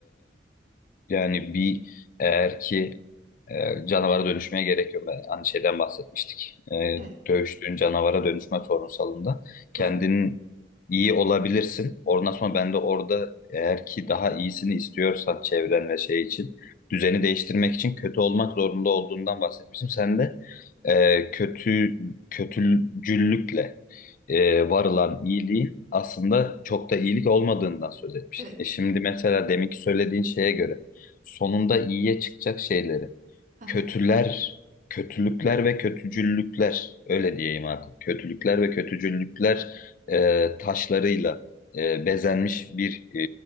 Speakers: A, on the left; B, on the right.
A: Yani bir eğer ki e, canavara dönüşmeye gerek yok. Ben hani şeyden bahsetmiştik. E,
B: Evet,
A: dövüştüğün canavara dönüşme sorunsalında kendin
B: doğru.
A: iyi olabilirsin. Ondan sonra ben de orada eğer ki daha iyisini istiyorsan çevren ve şey için düzeni değiştirmek için kötü olmak zorunda olduğundan bahsetmiştim. Sen de e, kötü kötücüllükle e, varılan iyiliğin aslında çok da iyilik olmadığından söz etmiştin.
B: Evet.
A: E şimdi mesela deminki söylediğin şeye göre sonunda iyiye çıkacak şeyleri.
B: <laughs>
A: Kötüler, kötülükler ve kötücüllükler, öyle diyeyim artık. Kötülükler ve kötücüllükler e, taşlarıyla e, bezenmiş bir e,